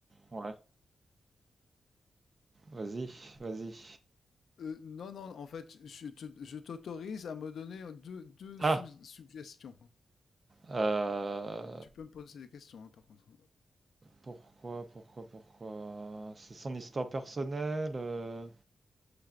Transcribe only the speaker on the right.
ouais. Vas-y, vas-y.
Ah,
euh,
pourquoi, pourquoi, pourquoi? C'est son histoire personnelle. euh,